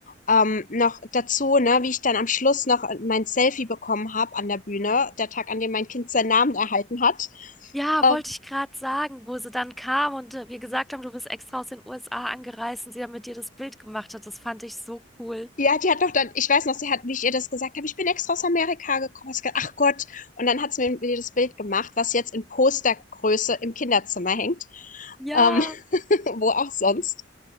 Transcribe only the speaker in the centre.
Ja,
wollte ich gerade sagen, wo sie dann kam und äh, wir gesagt haben, du bist extra aus den USA angereist und sie dann mit dir das Bild gemacht hat. Das fand ich so cool.
Ja.